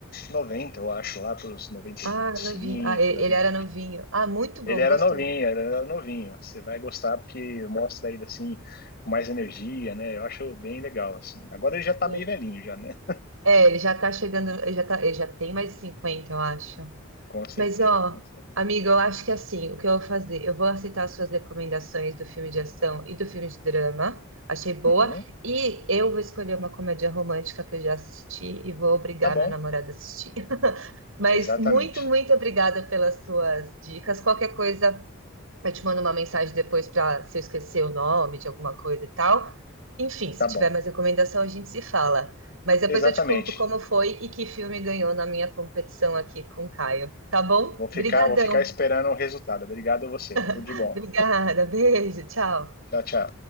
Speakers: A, on the left; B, on the right.
A: 90 eu acho, lá para os noventa
B: Ah,
A: e cinco
B: novinho. Ah, e-
A: Davi.
B: ele era novinho. Ah, muito bom,
A: Ele era
B: gostei.
A: novinho, ele era novinho. Você vai gostar porque mostra ele assim com mais energia, né? Eu acho bem legal assim. Agora ele já tá
B: Sim.
A: meio velhinho já, né?
B: É, ele já tá chegando, ele já tá, ele já tem mais de 50, eu acho.
A: Com certeza,
B: Mas, ó,
A: com certeza.
B: amiga, eu acho que assim, o que eu vou fazer? Eu vou aceitar as suas recomendações do filme de ação e do filme de drama. Achei boa.
A: Uhum.
B: E eu vou escolher uma comédia romântica que eu já assisti e vou obrigar
A: Tá bom.
B: meu namorado a assistir. <laughs> Mas
A: Exatamente.
B: muito, muito obrigada pelas suas dicas. Qualquer coisa. Eu te mando uma mensagem depois para se eu esquecer o nome de alguma coisa e tal. Enfim, se
A: Tá
B: tiver
A: bom.
B: mais recomendação, a gente se fala. Mas depois
A: Exatamente.
B: eu te conto como foi e que filme ganhou na minha competição aqui com o Caio. Tá bom?
A: Vou ficar,
B: Brigadão.
A: vou ficar esperando o resultado. Obrigado a você. Tudo
B: <laughs>
A: de bom.
B: Obrigada. Beijo. Tchau.
A: Tchau, tchau.